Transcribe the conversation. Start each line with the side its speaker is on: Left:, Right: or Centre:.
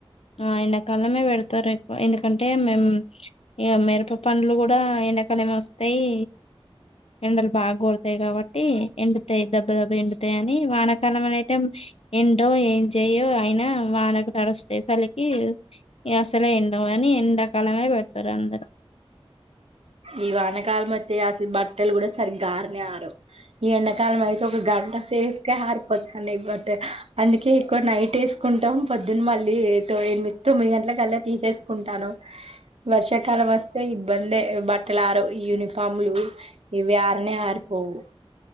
Left: ఆ ఎన్న కాలమే వెడుతుర ఇ ఎందుకంటే మేము ఇక మిరప పనుడ్లు కూడా ఎండాకాలం వస్తాయి ఎండలు బాగా కోడతాయి కాబట్టి ఎండుతాయి దెబ్బ దెబ్బ ఎండుతాయ అని వానకాలం అనయితే ఎండో ఏం చెయో అయినా వానకు తడుస్త ఎసలికి అసలే ఎండం కాని ఎండాకాలమే పెడతారు అందరూ
Right: ఈ వానకాలం అతే అసలు బట్టలు కూడా సరిగ్గా ఆరనే ఆరావు ఈ ఎండాకాలం అయితే ఒక గంట సెప్కే ఆరిపోతాయి ఈ బట్ట అందుకే ఎక్కువ నైట్ వేసుకుంటాం పొద్దున్న మళ్ళీ ఎనిమిది తొమ్మిది గంటల కల్లా తీసేసుకుంటాను వర్షాకాలం వస్తే ఇబ్బందే బట్ట టలు అరువు యూనిఫార్మ్ లు ఇవి ఆరనే ఆరిపోవు